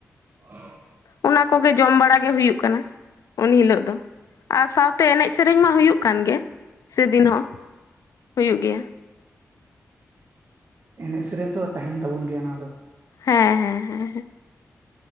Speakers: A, on the right; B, on the left.
A: ᱦᱮ <inaudible>
B: ᱚᱱᱟ ᱠᱚᱜᱮ ᱡᱚᱢ ᱵᱟᱲᱟ ᱜᱮ ᱦᱩᱭᱩᱜ ᱠᱟᱱᱟ ᱩᱱ ᱦᱤᱞᱚᱜ ᱫᱚ ᱟᱨ ᱥᱟᱶᱛᱮ ᱮᱱᱮᱡ ᱥᱮᱨᱮᱧ ᱢᱟ ᱦᱩᱭᱩᱜ ᱠᱟᱱᱜᱮ ᱥᱮᱫᱤᱱ ᱦᱚᱸ ᱦᱩᱭᱩᱜ ᱜᱮᱭᱟ
A: ᱮᱱᱮᱡ ᱥᱮᱨᱮᱧ ᱫᱚ ᱛᱟᱦᱮᱱ ᱛᱟᱵᱚᱱ ᱜᱮᱭᱟ ᱱᱚᱣᱟ ᱫᱚ
B: ᱦᱮᱸ ᱦᱮᱸ ᱦᱮᱸ ᱦᱮᱸ